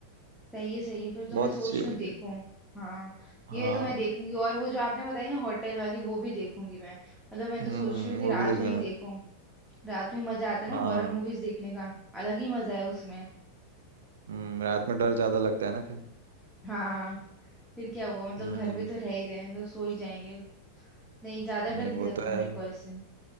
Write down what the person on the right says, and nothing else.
बहुत
अच्छी लगी
हाँ
हम्म
वो
भी देख
लेना
हाँ
हम्म, रात में डर ज्यादा लगता है ना फिर
हम्म
नहीं
वो
तो है